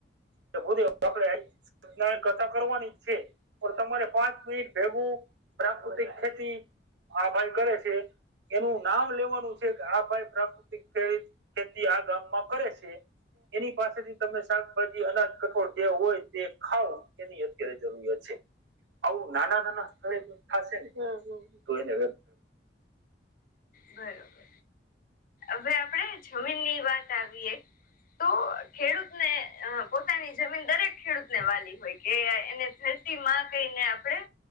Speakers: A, on the right (about 70°); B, on the left (about 50°).
A: તો ભુદેવ આપડૅ કથા કરવાની છે પણ તમારે પાંચ મિનિટ ભેગું પ્રાકૃતિક ખેતી આ ભાઈ કરે છે એનું નામ લેવાનું છે કે આ ભાઈ પ્રાકૃતિક ખેતી ખેતી આ ગામમાં કરે છે. એની પાસેથી તમે શાકભાજી અનાજ કઠોળ જે હોય તે ખાવ એની અત્યારે જરૂરિયાત છે. આવું નાના નાના સ્થળે થશે ને તો એને
B: બરોબર હવે આપડે જમીન ની વાત આવીએ તો ખેડૂતને અ પોતાની જમીન દરેક ખેડૂતને વાલી હોય કે એને તી માં કહીને આપણે